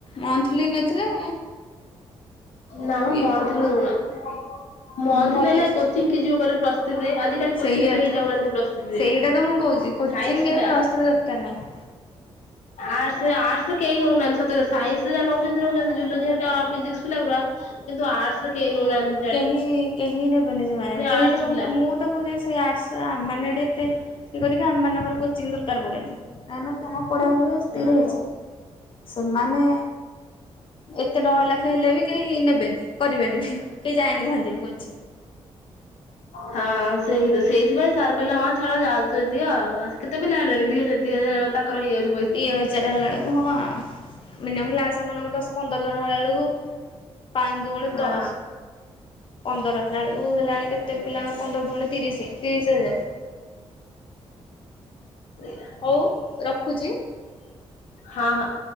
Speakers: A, on the left (about 45°); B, on the left (about 80°).
A: ମନ୍ଥଲି ନେଇଥିଲେ
B: ନା ମ
A: ହେଇଥାନ୍ତା।
B: ମନ୍ଥଲି ନଉନାହାନ୍ତି। ମନ୍ଥଲି
A: ଭଲ
B: ନେଲେ
A: ଅଛି
B: କୋଚିଂ
A: ତ
B: କିଏ ଯିବ କହିଲ ପ୍ଲସ୍ ଥ୍ରି ରେ। ଆଜି କାଲି
A: ସେଇଆ
B: କୋଚିଂ କେହି
A: ତ
B: ଯାଉନାହାନ୍ତି ପ୍ଲସ୍ ଥ୍ରି ରେ।
A: ସେଇଟା ତ ମୁଁ କହୁଛି କୋଚିଂ
B: ସାଇନ୍ସ
A: କେହି
B: ପିଲା
A: ପ୍ଲସ୍ ଥ୍ରୀ ଦରକାର ନାହିଁ।
B: ଆର୍ଟ୍ସ ଆର୍ଟ୍ସ ରେ କେହି ନଉନାହାନ୍ତି ସତରେ। ସାଇନ୍ସ ରେ ଯାହା ନଉଛନ୍ତି ନଉଛନ୍ତି ଜୁଲୋଜି ହେରିକା ଫିଜିକ୍ସ ପିଲା ଗୁରା କିନ୍ତୁ ଆର୍ଟସ ରେ କେହି ନଉନାହାଁନ୍ତି।
A: କେହି କେହି ନେବେନି ସେମାନେ। କେହି
B: ଆର୍ଟସ
A: ତ
B: ପିଲା।
A: ମୁଁ ତ କହୁଚି ସେଇ ଆର୍ଟ୍ସ ଆମେ ମାନେ ଏଠି ଏତେ ସେ କରିକି ଆମ ମାନଙ୍କର କୋଚିଂ ଦରକାର ପଡେନି। କାହିଁକି ନା ଯାହା ପଢା ହୁଏ ସେତିକିରେ
B: ହୁଁ
A: ହେଇଯାଏ। ସେମାନେ ଏତେ ଟଙ୍କା ଲେଖା ହେଲେ ବି କେହି ନେବେନି କରିବେନି ବି। କେହି ଯାଇନଥାନ୍ତେ ବି କୋଚିଂ।
B: ହଁ ସେଇ ସେଇଥିପାଇଁ ସାର୍ କହିଲେ ହଁ ଛାଡ ଯାଉ। ଦିଅ, କେତେ ପିଲା ହେଲେଣି ଦି ହଜାର ଦି ହଜାର ତାଙ୍କର ହେଇଯାଉଚି
A: ଦି ହଜାର ହେଲା ବେଳକୁ <unintelligible> ମିନିମମ୍ କ୍ଲାସ ରେ ମନେକର ଦଶ ପନ୍ଦର ଜଣ ହେଲା ବେଳକୁ ପାଞ୍ଚ ଦୁ ଗୁଣେ
B: ହଁ
A: ଦଶ୍। ପନ୍ଦର ହେଲା ବେଳକୁ ହେଲାଣି କେତେ ପିଲାଙ୍କର ପନ୍ଦର ଦୁ ଗୁଣେ ତିରିଶିି ତିରିଶିି ହଜାରେ।
B: ସେଇଆ।
A: ହଉ ରଖୁଚି।
B: ହଁ ହଁ।